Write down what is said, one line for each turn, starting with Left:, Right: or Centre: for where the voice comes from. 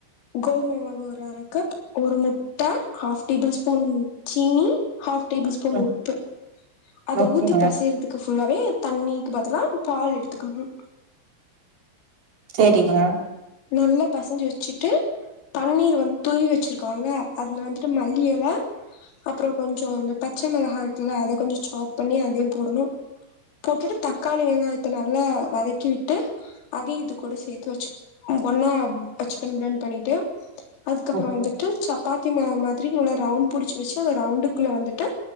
Left: கோதும மாவு ஒரு அர கப் ஒரு முட்ட ஹாஃப் டேபுள் ஸ்பூன் சீனி ஹாஃப் டேபுள் ஸ்பூன்
Right: ம்
Left: உப்பு அத
Right: ஓகேங்க
Left: ஊத்தி பெசையறதுக்கு ஃபுல்லாவே தண்ணிக்கு பதிலா பால் எடுத்துக்கணும்
Right: சேரிங்க
Left: நல்லா பெசஞ்சு வெச்சுட்டு தண்ணீர் வந்து துருவி வெச்சுருக்கோல்ல அதுல வந்துட்டு மல்லி எல அப்புறோம் கொஞ்சோம் இந்த பச்ச மிளகா இருக்குல அத கொஞ்சோம் சாப் பண்ணி அதையும் போடணும் போட்டுட்டு தக்காளி வெங்காயத்த நல்லா வதக்கி விட்டு அதைய இதுக்கூட சேர்த்து வெச்சு ஒன்னா வெச்சுக்கனு ப்ளண்ட் பண்ணிட்டு அதுக்கப்புறோம்
Right: ஓகே
Left: வந்துட்டு சப்பா மாவு மாதிரி நல்லா ரவுண்ட் புடிச்சு வெச்சு அந்த ரவுண்டுக்குள்ள வந்துட்டு